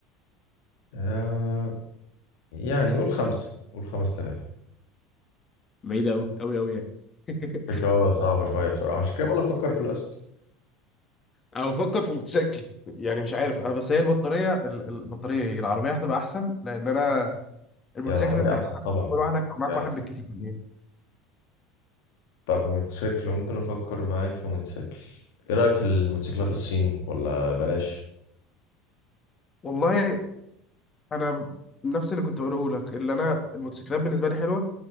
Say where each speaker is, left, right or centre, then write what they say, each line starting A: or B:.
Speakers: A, on the left (about 75°); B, on the left (about 30°).
A: آه يعني قول خمسة قول 5000
B: بعيده قوي قوي قوي يعني <laughs>
A: فكرة صعبة شوية بصراحة عشان كده ولا أفكر في القسط
B: انا بفكر في موتوسيكل يعني مش عارف انا بس هي البطاريه ال- البطاريه ايه العربيه هتبقى احسن لان انا الموتوسيكل
A: هي العربية
B: انت
A: أحسن طبعا
B: كل واحدك او معاك
A: يا
B: واحد
A: أخي.
B: بالكتير ايه
A: طب موتوسيكل ممكن أفكر معاك في موتوسيكل إيه رأيك في الموتوسيكلات الصيني ولا بلاش
B: والله انا نفس اللي كنت بقوله لك اللي انا الموتوسيكلات بالنسبه لي حلوه